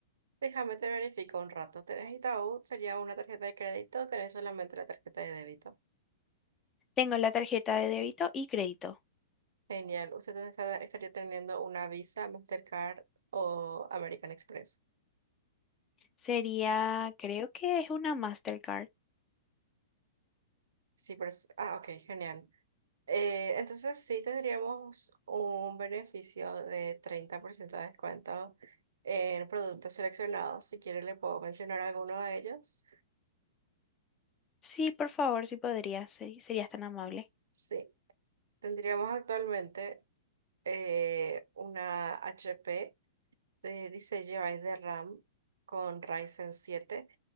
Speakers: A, on the right; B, on the left.
A: Déjame te verifico un rato. ¿Tenés Itaú? ¿Sería una tarjeta de crédito? ¿Tenés solamente la tarjeta de débito?
B: Tengo la tarjeta de débito y crédito.
A: Genial. ¿Usted está- estaría teniendo una Visa, Mastercard o American Express?
B: Sería, creo que es una Mastercard.
A: Sí, pero... es- Ah, ok, genial. Eh, entonces sí tendríamos un beneficio de 30% de descuento en productos seleccionados. Si quiere le puedo mencionar alguno de ellos.
B: Sí, por favor, si podría, sí, serías tan amable.
A: Sí, tendríamos actualmente eh, una HP de 16 GB de RAM con Ryzen siete.